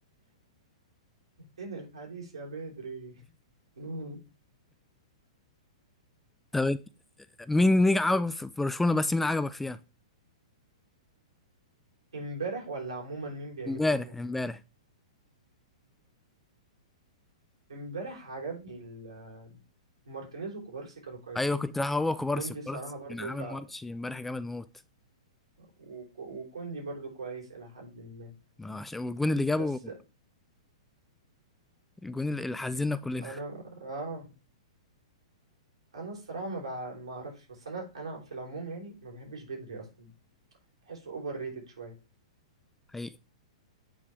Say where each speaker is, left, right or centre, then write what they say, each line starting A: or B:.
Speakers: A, on the right; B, in the centre.
A: إن الحديث يا بدري <laughs>
B: طب إنت- مين مين عجبك في برشلونة بس مين عجبك فيها؟
A: امبارح ولا عموما مين بيعجبني
B: امبارح
A: فيها
B: امبارح
A: امبارح عجبني ال- مارتينيز وكوبارسي كانوا كويسين
B: ايوه كنت رايح هو كوبارسي
A: كوندي
B: كوبارسي
A: الصراحة برضو
B: كان عامل
A: ك...
B: ماتش امبارح جامد موت
A: وك- وكوندي برضو كويس إلى حد ما
B: ما عشان والجون اللي جابه
A: بس
B: الجون اللي اللي حزننا كلنا
A: أنا آه أنا الصراحة ما بع... ما أعرفش بس أنا أنا في العموم يعني ما بحبش بدري أصلا بحسه أوفر ريتد شوية
B: حقيقي